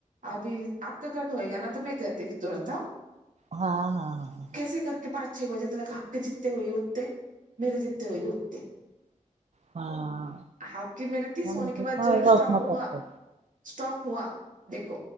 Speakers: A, on the right; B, on the right.
A: ابھی آپ کا کٹ ہوئے گا نا تو میں کرتی ترنت ہاں
B: ہاں ہاں ہاں
A: کیسے کر کے پانچ چھ بجے تلک آپ کے جیتے ہوئے اتے میرے جیتے ہوئے گے اتے
B: ہاں
A: آپ کی میرے تیس ہونے
B: جتنا
A: کے بعد ضرور
B: ہوئے گا
A: اسٹاپ
B: اتنا
A: ہوا
B: کرتے
A: اسٹاپ ہوا دیکھو